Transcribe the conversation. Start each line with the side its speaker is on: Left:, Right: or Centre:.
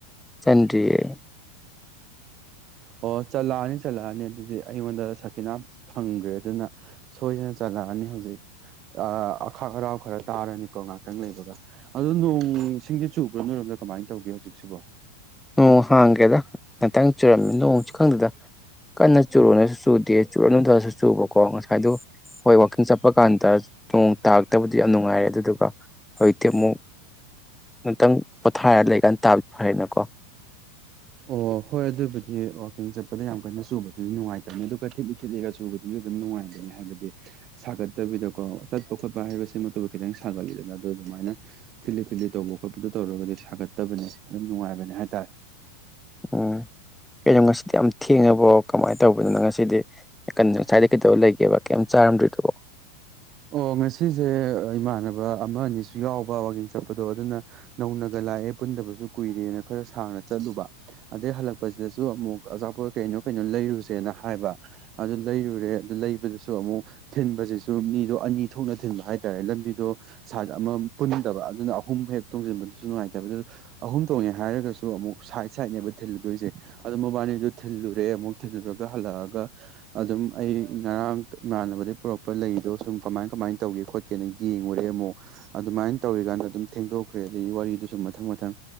Centre: ꯆꯟꯗ꯭ꯔꯤꯌꯦ
Right: ꯑꯣ ꯆꯠꯂꯛꯑꯅꯤ ꯆꯠꯂꯛꯑꯅꯤ ꯑꯗꯨꯗꯤ ꯑꯩꯉꯣꯟꯗ ꯁꯈꯤꯅꯥ ꯐꯪꯈ꯭ꯔꯦ ꯑꯗꯨꯅ ꯁꯣꯏꯗꯅ ꯆꯠꯂꯛꯑꯅꯤ ꯍꯧꯖꯤꯛ ꯑꯥ ꯑꯈꯥꯛ ꯑꯔꯥꯎ ꯈꯔ ꯇꯥꯔꯅꯤꯀꯣ ꯉꯥꯏꯍꯥꯛꯇꯪ ꯂꯩꯕꯒ ꯑꯗꯣ ꯅꯣꯡ ꯁꯤꯡꯗꯤ ꯆꯨꯕ꯭ꯔꯣ ꯅꯣꯏꯔꯣꯝꯗ ꯀꯃꯥꯏꯅ ꯇꯧꯒꯦ ꯍꯧꯖꯤꯛꯁꯤꯕꯣ
Centre: ꯅꯣꯡ ꯍꯥꯡꯒꯦꯗ ꯉꯥꯛꯇꯪ ꯆꯨꯔꯝꯃꯤ ꯅꯣꯡꯁꯨ ꯈꯪꯗꯗ ꯀꯟꯅ ꯆꯨꯔꯣꯅꯁꯨ ꯆꯨꯗꯦ ꯆꯨꯔꯅꯨꯗꯔꯁꯨ ꯆꯨꯕꯀꯣ ꯉꯁꯥꯏꯗꯨ ꯍꯣꯏ ꯋꯥꯛꯀꯤꯡ ꯆꯠꯄ ꯀꯥꯟꯗ ꯅꯣꯡ ꯇꯥꯔꯛꯇꯕꯨꯗꯤ ꯌꯥꯝ ꯅꯨꯡꯉꯥꯏꯌꯦ ꯑꯗꯨꯗꯨꯒ ꯍꯧꯖꯤꯛꯇꯤ ꯑꯃꯨꯛ ꯉꯇꯪ ꯄꯣꯊꯥꯔ ꯂꯩꯀꯥꯟ ꯇꯥꯕ ꯐꯔꯦꯅꯀꯣ
Right: ꯑꯣ ꯍꯣꯏ ꯑꯗꯨꯕꯨꯗꯤ ꯋꯥꯋꯀꯤꯡ ꯆꯠꯄꯗ ꯌꯥꯝ ꯀꯟꯅ ꯆꯨꯕꯗꯨꯗꯤ ꯅꯨꯡꯉꯥꯏꯇꯕꯅꯤ ꯑꯗꯨꯒ ꯊꯂꯤ ꯊꯤꯠꯂꯤꯒ ꯆꯨꯕꯗꯨꯁꯨ ꯑꯗꯨꯝ ꯅꯨꯡꯉꯥꯏꯕꯅꯤ ꯍꯥꯏꯕꯗꯤ ꯁꯥꯒꯠꯇꯕꯤꯗꯀꯣ ꯆꯠꯄ ꯈꯣꯠꯄ ꯍꯥꯏꯕꯁꯤꯃꯛꯇꯗ ꯈꯤꯇꯪ ꯁꯥꯒꯠꯂꯤꯗꯅ ꯑꯗꯨꯗꯣ ꯑꯗꯨꯃꯥꯏꯅ ꯊꯤꯠꯂꯤ ꯊꯤꯠꯂꯤ ꯇꯧꯕ ꯈꯣꯠꯄꯗꯣ ꯇꯧꯔꯒꯗꯤ ꯁꯥꯒꯠꯇꯕꯅꯤ ꯑꯗꯨꯝ ꯅꯨꯡꯉꯥꯏꯕꯅꯦ ꯍꯥꯏꯇꯥꯔꯦ
Centre: ꯎꯝ ꯀꯩꯅꯣ ꯉꯁꯤꯗꯤ ꯌꯥꯝ ꯊꯦꯡꯉꯕꯣ ꯀꯃꯥꯏꯅ ꯇꯧꯕꯅꯤꯅ ꯉꯁꯤꯗꯤ ꯀꯩꯅꯣ ꯉꯁꯥꯏꯗ ꯀꯩꯗꯧꯕ ꯂꯩꯒꯦꯕ ꯀꯩꯝ ꯆꯥꯔꯝꯗꯣꯏꯗꯨꯕꯣ
Right: ꯑꯣ ꯉꯁꯤꯁꯦ ꯏꯃꯥꯟꯅꯕ ꯑꯃ ꯑꯅꯤꯁꯨ ꯌꯥꯎꯕ ꯋꯥꯌꯦꯡ ꯆꯠꯄꯗꯣ ꯑꯗꯨꯅ ꯅꯧꯅꯒ ꯂꯥꯛꯑꯦ ꯄꯨꯟꯗꯕꯁꯨ ꯀꯨꯏꯔꯦꯅ ꯈꯔ ꯁꯥꯡꯅ ꯆꯠꯂꯨꯕ ꯑꯗꯩ ꯍꯜꯂꯛꯄꯁꯤꯗꯁꯨ ꯑꯃꯨꯛ ꯑꯆꯥꯄꯣꯠ ꯀꯩꯅꯣ ꯀꯩꯅꯣ ꯂꯩꯔꯨꯁꯦꯅ ꯍꯥꯏꯕ ꯑꯗꯨ ꯂꯩꯔꯨꯔꯦ ꯑꯗꯨ ꯂꯩꯕꯗꯁꯨ ꯑꯃꯨꯛ ꯊꯤꯟꯕꯁꯤꯁꯨ ꯃꯤ ꯑꯅꯤ ꯊꯣꯛꯅ ꯊꯤꯟꯕ ꯍꯥꯏꯇꯥꯔꯦ ꯂꯝꯕꯤꯗꯣ ꯁꯠ ꯑꯃ ꯄꯨꯟꯗꯕ ꯑꯗꯨꯅ ꯑꯍꯨꯝ ꯍꯦꯛ ꯇꯣꯡꯁꯤꯟꯕꯗꯨꯁꯨ ꯅꯨꯡꯉꯥꯏꯇꯕ ꯑꯗꯨ ꯑꯍꯨꯝ ꯇꯧꯅꯦ ꯍꯥꯏꯔꯒꯁꯨ ꯑꯃꯨꯛ ꯁꯥꯏꯠ ꯁꯥꯏꯠꯅꯦꯕ ꯊꯤꯜꯂꯨꯗꯣꯏꯁꯦ ꯑꯗꯨ ꯃꯕꯥꯅꯤꯗꯨ ꯊꯤꯜꯂꯨꯔꯦ ꯑꯃꯨꯛ ꯊꯤꯜꯂꯨꯔꯒ ꯍꯜꯂꯛꯑꯒ ꯑꯗꯨꯝ ꯑꯩ ꯉꯔꯥꯡ ꯏꯃꯥꯟꯅꯕꯗꯒꯤ ꯄꯨꯔꯛꯄ ꯂꯩꯗꯣ ꯁꯨꯝ ꯀꯃꯥꯏ ꯀꯃꯥꯏꯅ ꯇꯧꯒꯦ ꯈꯣꯠꯀꯦꯅ ꯌꯦꯡꯉꯨꯔꯦ ꯑꯃꯨꯛ ꯑꯗꯨꯃꯥꯏꯅ ꯇꯧꯔꯤꯀꯥꯟꯗ ꯑꯗꯨꯝ ꯊꯦꯡꯗꯣꯛꯈ꯭ꯔꯦ ꯑꯗꯨꯒꯤ ꯋꯥꯔꯤꯗꯨꯁꯨ ꯃꯊꯪ ꯃꯊꯪ